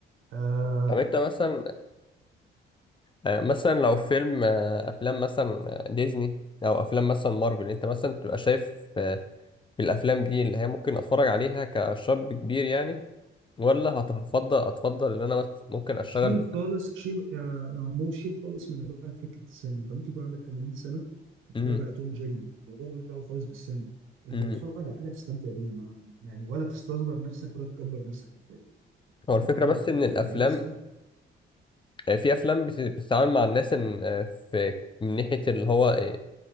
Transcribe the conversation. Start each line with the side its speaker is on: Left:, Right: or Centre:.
Right: آه،
Left: طب انت مثلا آه، مثلا لو فيلم آه، افلام مثلا آه، ديزني او افلام مثلا مارفل انت مثلا تبقى شايف آه، في الافلام دي اللي هي ممكن اتفرج عليها كشاب كبير يعني ولا هتفضل اتفضل ان انا بس ممكن اشتغل
Right: شيل خالص شيل يا يا عمور شيل خالص من دماغك فكره السن انت ممكن يكون عندك 80 سنه بتتفرج
Left: امم
Right: على توم وجيري الموضوع ملوش دعوه خالص بالسن انت
Left: امم
Right: بتتفرج على حاجه تستمتع بيها ما يعني ولا تستصغر نفسك ولا تكبر نفسك حرفيا لو
Left: هو الفكره
Right: انت عندك
Left: بس ان الافلام
Right: 40 سنه
Left: آه، في افلام بت- بتتعامل مع الناس ان آه، في من ناحيه اللي هو آه،